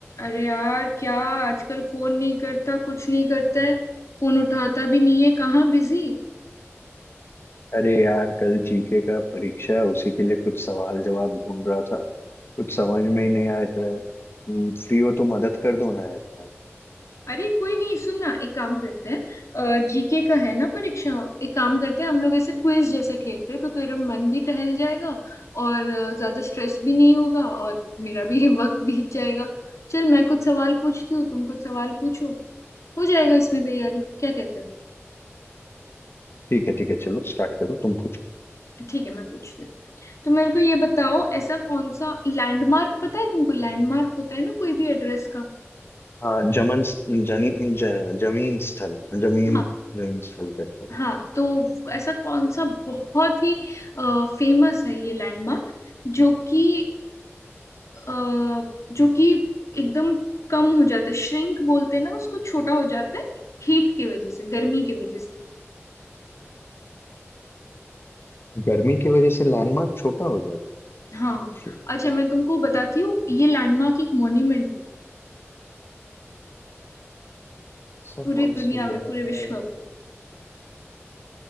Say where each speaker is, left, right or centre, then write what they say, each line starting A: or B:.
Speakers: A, on the left (about 85°); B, on the left (about 55°).
A: अरे यार क्या आजकल फोन नहीं करता कुछ नहीं करता है फोन उठाता भी नहीं है कहाँ बिजी
B: अरे यार कल जीके का परीक्षा है, उसी के लिए कुछ सवाल जवाब ढूंढ रहा था कुछ समझ में ही नहीं आ रहा है फ्री हो तो मदद कर दो ना यार
A: अरे कोई नहीं सुन ना एक काम करते हैं जीके का है ना परीक्षा एक काम करते हैं हम लोग ऐसे क्विज जैसा खेलते हैं तो तेरा मन भी टहल जाएगा और अ, ज्यादा स्ट्रेस भी नहीं होगा और मेरा भी <laughs> वक्त बीत जाएगा चल मैं कुछ सवाल पूछती हूँ तुम कुछ सवाल पूछो हो जाएगा इसमें तैयारी क्या कहते हो
B: ठीक है ठीक है चलो स्टार्ट करो तुम पूछो
A: ठीक है मैं पूछती हूँ तो मेरे को ये बताओ ऐसा कौन सा लैंडमार्क पता है तुमको लैंडमार्क होता है ना कोई भी एड्रेस का
B: हाँ जमन जनी ज, जमीन स्थल जमीन
A: हाँ
B: जमीन स्थल करता है।
A: हाँ तो ऐसा कौन सा बहुत ही फेमस है ये लैंडमार्क जो कि अ, जो कि एकदम कम हो जाता है श्रिंक बोलते हैं ना उसको छोटा हो जाता है हीट की वजह से गर्मी की वजह से
B: गर्मी की वजह से लैंडमार्क छोटा हो जाता
A: हाँ
B: है
A: अच्छा मैं तुमको बताती हूँ ये लैंडमार्क एक मॉन्यूमेंट भी
B: ऐसा
A: पूरी
B: कौन
A: दुनिया
B: सा
A: में
B: जगह
A: पूरे
B: है
A: विश्व में